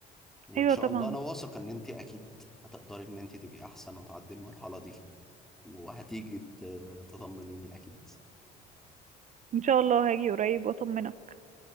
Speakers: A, in the centre; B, on the right (about 45°).
A: وان
B: ايوه
A: شاء
B: طبعا
A: الله انا واثق ان انت اكيد هتقدري ان انت تبقي احسن وتعدي المرحله دي وهتيجي ت- تطمنيني اكيد
B: ان شاء الله هاجي قريب واطمنك